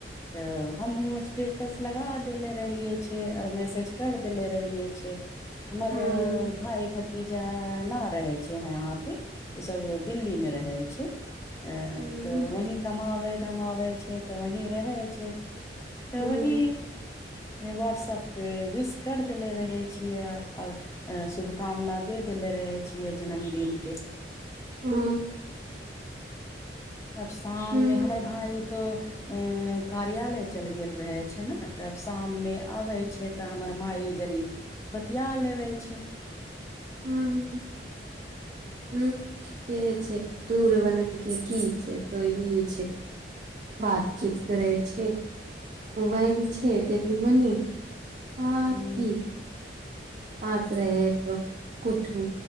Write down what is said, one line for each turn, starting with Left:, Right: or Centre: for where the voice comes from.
Left: तऽ हमहु स्टेटस लगा देले रहिये छै आर मेसेज कर देले रहिय छै। हमर
Right: हुं
Left: भाय भतीजा ने रहे छै यहा पे ओ सभ दिल्ली मे रहै छै अ
Right: हुं
Left: तऽ वही कमाबैत धमाबै छै तऽ वही रहै छै तऽ
Right: हुं
Left: वही। वहाट्सअपे विश करि देने रहै छियै आ शुभकामना दे देले रहे छियै जन्मदिनक के
Right: हू।
Left: आब शाम
Right: हुं
Left: मे हमर भाय तो अ कार्यालय चल गेल रहे छै ने तब शाम मे आबै छै तऽ हमर माइ जड़ बतिया लेबे छै
Right: हू हु ठीके छै दूर बला के की छै त ई छै बातचीत करै छै ओबइ छै त बनी हां
Left: हूँ
Right: की पास रहे त कुछु